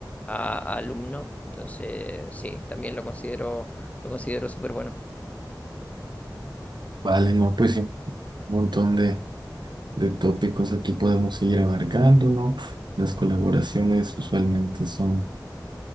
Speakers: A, on the left; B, on the right.
A: a- a alumno. Entonces sí, también lo considero, lo considero súper bueno.
B: Vale, no, pues sí, un montón de, de tópicos aquí podemos seguir abarcando, ¿no? Las colaboraciones usualmente son,